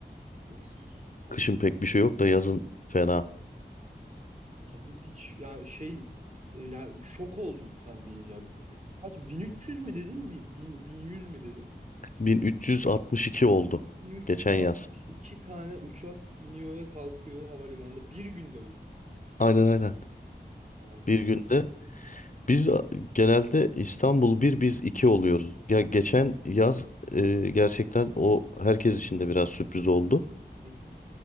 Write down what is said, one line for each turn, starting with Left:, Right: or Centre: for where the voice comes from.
Right: Of, tabii.
Left: Kışın pek bir şey yok da yazın fena.
Right: Abi hiç ya şey e, ya şok oldum sen deyince. ya. Kaç 1300 mü dedin? Bi- bin- 1100 mü dedin?
Left: 1362 oldu
Right: 1362
Left: geçen yaz.
Right: tane uçak iniyor ve kalkıyor havalimanında bir günde bu.
Left: Aynen aynen.
Right: Abi.
Left: Bir günde biz a- genelde İstanbul bir biz 2 oluyoruz. Ya geçen yaz e, gerçekten o herkes için de biraz sürpriz oldu.
Right: Hı. hı.